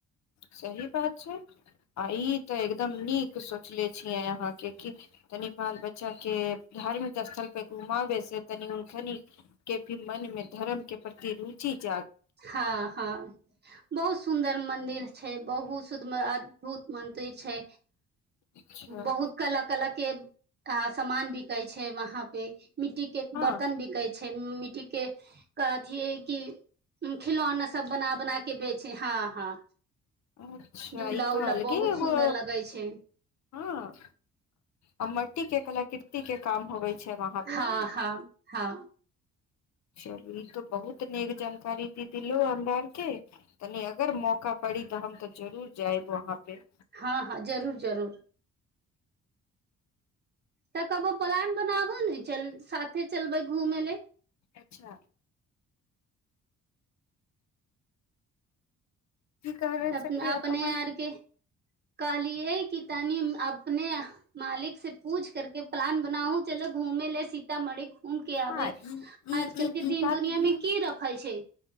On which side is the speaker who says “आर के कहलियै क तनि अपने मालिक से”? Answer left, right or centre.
Right